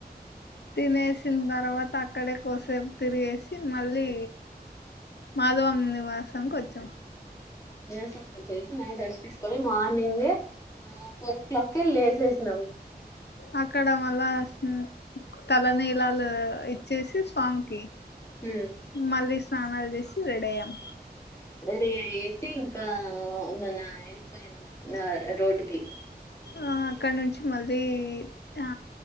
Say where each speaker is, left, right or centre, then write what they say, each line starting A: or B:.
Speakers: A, on the left (about 90°); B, on the left (about 20°).
A: తినేసిన తర్వాత అక్కడే కోసేపు తిరిగేసి మళ్ళీ మాధవం నివాసంకోచ్చాం.
B: నివాసంకొచ్చేసి నైట్రేస్ట్ తీసుకొని, మార్నింగే ఫోరో క్లాకే లేసేస్నాం. ఉహ్
A: అక్కడ మళ్ళా స్న్ తలనీలాలు ఇచ్చేసి స్వామికి.
B: హ్మ్.
A: మళ్ళీ స్నానాలు చేసి రెడయ్యాం.
B: రెడీ అయ్యేసి ఇంకా మన ఎళ్పోయినాం. నా రోడ్కి
A: ఆ అక్కడ నుంచి మళ్ళీ, ఆ